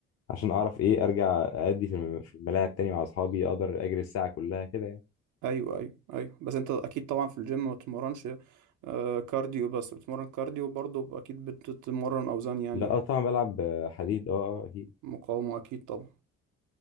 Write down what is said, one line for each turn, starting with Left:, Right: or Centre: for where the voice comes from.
Left: عشان اعرف ايه ارجع ادي في الم- في الملاعب تاني مع اصحابي اقدر اجري الساعه كلها كده يعني
Right: ايوه ايوه ايوه بس انت اكيد طبعا في الجيم ما بتتمرنش آه، كارديو بس بتتمرن كارديو برضه اكيد بتتمرن اوزان يعني
Left: لا اه طبعا بلعب حديد اه اه اكيد
Right: مقاومة اكيد طبعا